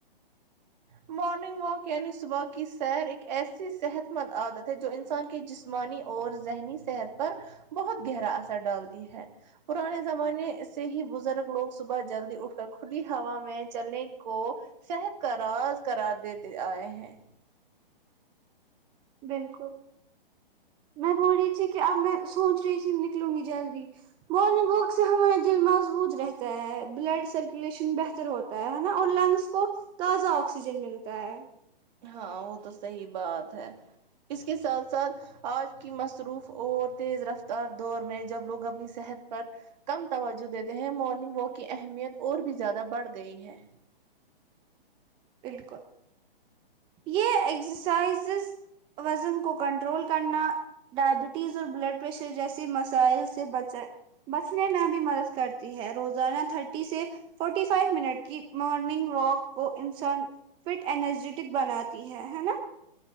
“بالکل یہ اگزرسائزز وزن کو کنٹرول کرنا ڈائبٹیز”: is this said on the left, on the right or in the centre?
Right